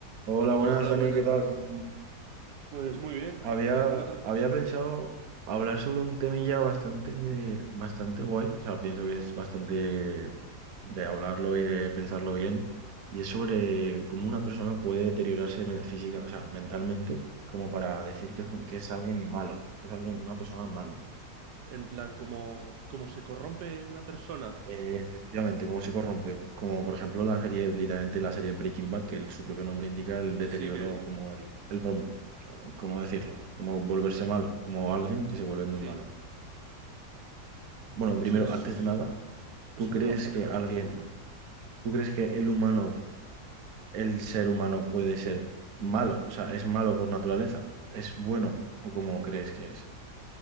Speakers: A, on the right; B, on the right.
A: Hola, buenas,
B: Hola,
A: Dani,
B: buenas.
A: ¿qué tal? ¿Cómo estamos?
B: Pues muy bien.
A: Había,
B: ¿Tú qué tal?
A: había pensado hablar sobre un temilla bastante, bastante guay, o sea, pienso que es bastante de hablarlo y de pensarlo bien, y es sobre cómo una persona puede deteriorarse me- física, o sea, mentalmente, como para decir que, que es alguien malo, que es alguien, una persona mala.
B: En plan, como, como se corrompe una persona.
A: Eh, Efectivamente, cómo se corrompe, como por ejemplo la serie, literalmente la serie Breaking Bad, que el- su propio nombre indica el deterioro,
B: Sí que,
A: como el, el rom- ¿cómo decirlo? Como volverse malo, como alguien que se vuelve muy
B: sí.
A: malo. Bueno,
B: Pues
A: primero,
B: es,
A: antes de nada,
B: es
A: ¿tú
B: un
A: crees
B: tema bastante
A: que
B: curioso,
A: alguien,
B: sí, dime.
A: tú crees que el humano, el ser humano puede ser malo? O sea, ¿es malo por naturaleza? ¿Es bueno o cómo crees que es?